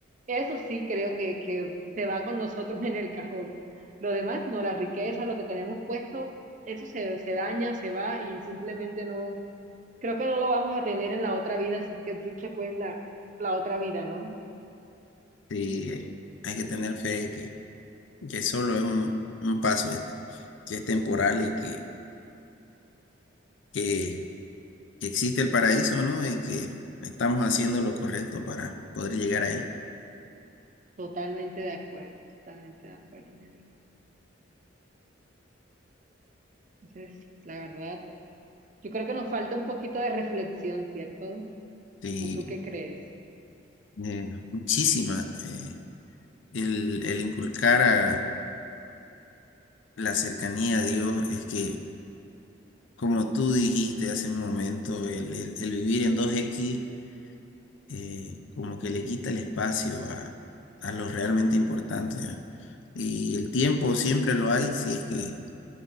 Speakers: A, on the right (about 40°); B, on the left (about 70°).
A: eso sí creo que, que se va con nosotros en el cajón. Lo demás, no, la riqueza, lo que tenemos puesto, eso se, se daña, se va y simplemente no, creo que no lo vamos a tener en la otra vida, si es que existe pues la, la otra vida, ¿no?
B: Sí, eh, hay que tener fe de que, que solo es un, un paso este, que es temporal y que, que, que existe el paraíso, ¿no? Y que estamos haciendo lo correcto para poder llegar a él.
A: Totalmente de acuerdo, totalmente de acuerdo, mi amigo. Entonces, la verdad, yo creo que nos falta un poquito de reflexión, ¿cierto?
B: Sí,
A: ¿O tú qué crees?
B: eh, muchísima. eh, el, el inculcar a la cercanía a Dios es que, como tú dijiste hace un momento, el, el, el vivir en dos equis eh, como que le quita el espacio a, a lo realmente importante. ¿eh? Y el tiempo siempre lo hay, si es que